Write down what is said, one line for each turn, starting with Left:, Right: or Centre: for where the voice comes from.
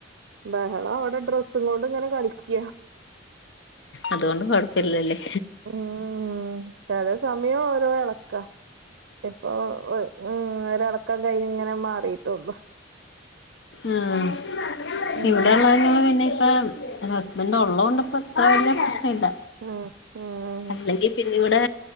Right: ബെഹളം അഒടെ ഡ്രസ്സ് കൊണ്ട് ഇങ്ങനെ കളിക്ക.
Left: അതുകൊണ്ട് കൊഴപ്പല്ലല്ലേ.
Right: ഉം ചെല സമയം ഓരോ എളക്ക ഇപ്പോ വ് ഉം ഒരളക്കം കഴിഞ്ഞ് ഇങ്ങനെ മാറീട്ടള്ളു.
Left: ഉം
Right: ഉം
Left: ഇവിടെള്ള പിന്നെ <unintelligible> എന്റെ ഹസ്ബൻഡ് ഉള്ളോണ്ട് ഇപ്പം ഇത്ര വല്യ പ്രശ്ന ഇല്ല
Right: ആഹ് ആഹ്
Left: അല്ലങ്കി പിന്നെ ഇവിടെ